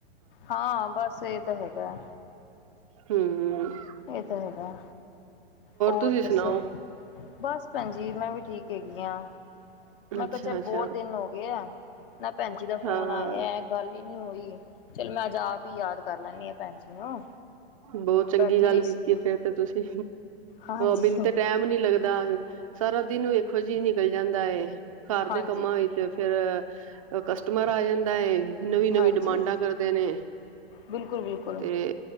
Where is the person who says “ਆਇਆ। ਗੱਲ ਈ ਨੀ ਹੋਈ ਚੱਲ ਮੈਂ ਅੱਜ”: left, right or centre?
Left